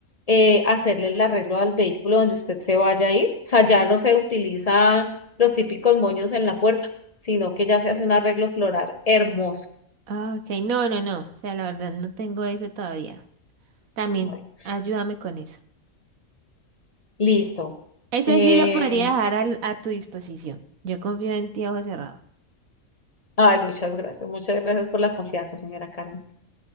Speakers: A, on the left; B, on the right.
A: eh, hacerle el arreglo al vehículo donde usted se vaya a ir. O sea, ya no se utilizan los típicos moños en la puerta, sino que ya se hace un arreglo floral hermoso.
B: Ah, Ok, no, no, no. O sea, la verdad no tengo eso todavía. También
A: Bueno,
B: ayúdame con eso.
A: listo.
B: Eso
A: Eh,
B: sí lo podría dejar al- a, tu disposición. Yo confío en ti a ojo cerrado.
A: Ay, muchas gracias, muchas gracias por la confianza, señora Carmen.